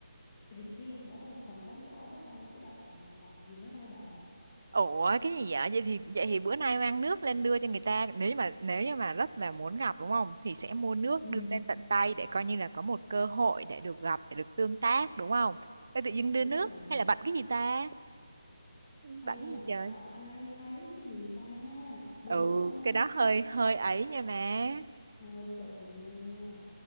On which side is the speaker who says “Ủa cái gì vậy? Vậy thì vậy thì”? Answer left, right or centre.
Right